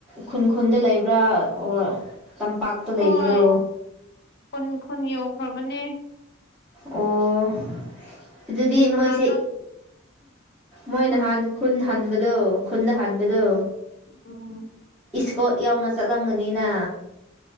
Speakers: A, in the centre; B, on the left.
A: ꯈꯨꯟ ꯈꯨꯟꯗ ꯂꯩꯕ꯭ꯔꯥ ꯑꯣꯔ ꯇꯝꯄꯥꯛꯇ ꯂꯩꯕ꯭ꯔꯣ
B: ꯍꯣꯏ ꯈꯨꯟ ꯈꯨꯟ ꯌꯧꯈ꯭ꯔꯕꯅꯦ
A: ꯑꯣ ꯑꯗꯨꯗꯤ
B: ꯅꯍꯥꯟꯗꯣ
A: ꯃꯣꯏꯁꯦ ꯃꯣꯏ
B: ꯎꯝ
A: ꯅꯍꯥꯟ ꯈꯨꯟ ꯍꯟꯕꯗꯣ ꯈꯄ ꯍꯟꯕꯗꯣ
B: ꯎꯝ
A: ꯏꯁꯀꯣꯔꯠ ꯌꯥꯎꯅ ꯆꯠꯂꯝꯒꯅꯤꯅ